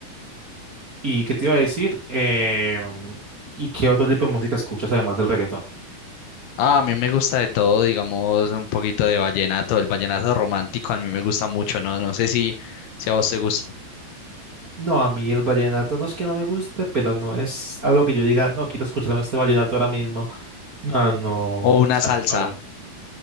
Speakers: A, on the right; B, on the left.
A: ¿Y qué te iba a decir? Em, ¿y qué otro tipo de música escuchas además del reggaetón?
B: Ah, a mí me gusta de todo, digamos, un poquito de vallenato. El vallenato romántico a mí me gusta mucho, ¿no? No sé si, si a vos te gusta.
A: No, a mí el vallenato no es que no me guste, pero no es algo que yo diga, no, quiero escucharme este vallenato ahora mismo. No, no, o
B: O una
A: sea,
B: salsa.
A: a ver.